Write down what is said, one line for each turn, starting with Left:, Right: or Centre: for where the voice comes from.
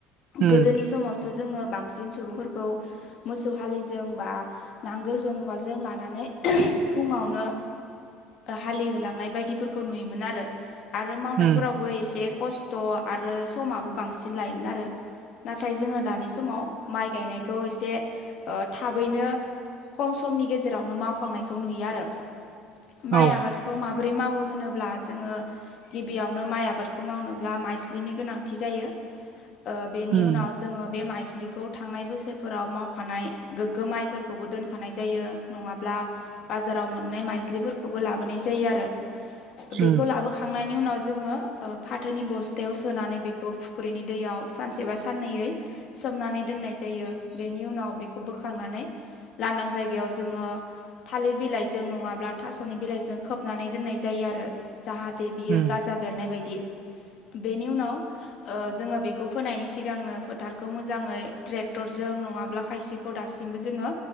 Right: उम
Left: गोदोनि समावसो जोङो बांसिन सुबुंफोरखौ मोसौ हालिजों बा नांगोल जुंगालजों लानानै फुङावनो हालि होलांनाय बायदिफोरखौ नुयोमोन आरो। आरो मावनायफोरावबो
Right: उम
Left: एसे खस्थ' आरो समाबो बांसिन लायोमोन आरो। नाथाय जोङो दानि समाव माइ गायनायखौ एसे थाबैनो खम समनि गेजेरावनो मावखांनायखौ नुयो आरो माइ
Right: औ
Left: आबाद खौ माबोरै मावो होनोब्ला जोङो गिबियावनो माइ आबादखौ मावनोब्ला माइज्लिनि गोनांथि जायो बेनि
Right: उम
Left: उनाव जोङो बे माइज्लिखौ थांनाय बोसोरफोराव मावखानाय गोग्गो माइफोरखौबो दोनखानाय जायो नङाब्ला बाजाराव मोननाय माइज्लिफोरखौबो लाबोनाय जायो आरो
Right: उम
Left: बेखौ लाबोख खांनायनि उनाव जोङो ओ फाथोनि बस्थायाव सोनानै बेखौ फुख्रिनि दैयाव सानसेबा साननैयै सोमनानै दोननाय जायो बेनि उनाव बेखौ बोखांनानै लानदां जायगायाव जोङो थालिर बिलाइजों नङाब्ला थास'नि बिलाइजों खोबनानै दोननाय जायो आरो जाहाथे बियो
Right: उम
Left: गाजा बेरनाय बायदि बेनि उनाव ओ जोङो बेखौ फोनायनि सिगांनो फोथारखौ मोजाङै ट्रेक्टरजों नङाब्ला खायसे बे दासिमबो जोङो